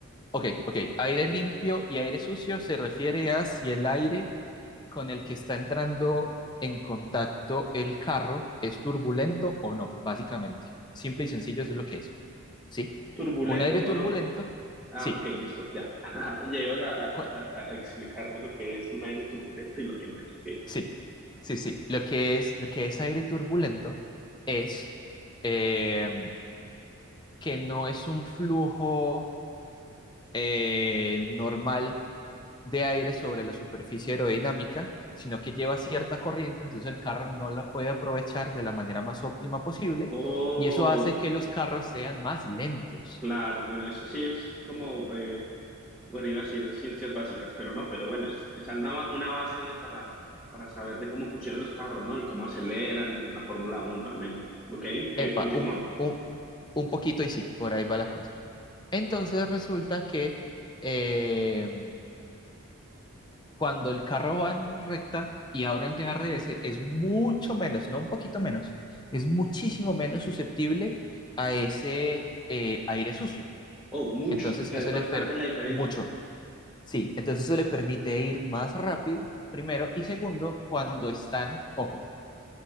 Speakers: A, on the left (about 20°); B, in the centre.
A: Ok, ok. Aire limpio y aire sucio se refiere a si el aire con el que está entrando en contacto el carro es turbulento o no, básicamente. Simple y sencillo eso es lo que es. ¿Sí?
B: ¿Turbulento
A: Un aire
B: o
A: turbulento,
B: no? Ah,
A: sí.
B: ok, listo, ya. <laughs> Ya ibas a, a-
A: Cu-
B: a- a explicarme lo que es un aire turbulento y lo que no es, ok.
A: Sí, sí, sí. Lo que es, lo que es aire turbulento es eh, que no es un flujo eh, normal de aire sobre la superficie aerodinámica, sino que lleva cierta corriente, entonces el carro no la puede aprovechar de la manera más óptima posible
B: Oh.
A: y eso hace que los carros sean más lentos.
B: Claro, bueno, eso sí es como, eh, bueno, iba a decir ciencias básicas, pero no, pero bueno, es, es una, ba- una base de- para, para saber de cómo funcionan los carros, ¿no? Y cómo aceleran en la Fórmula Uno al menos. Ok, ok,
A: Epa,
B: continúa.
A: un, un, un poquito y sí, por ahí va la cosa. Entonces resulta que eh, cuando el carro va en recta y ahora el DRS es mucho menos, no un poquito menos, es muchísimo menos susceptible a ese eh, aire sucio.
B: Oh, mucho,
A: Entonces
B: o sea,
A: eso
B: es bastante
A: le per
B: la diferencia.
A: mucho Sí, entonces eso le permite ir más rápido, primero, y segundo, cuando están, ojo,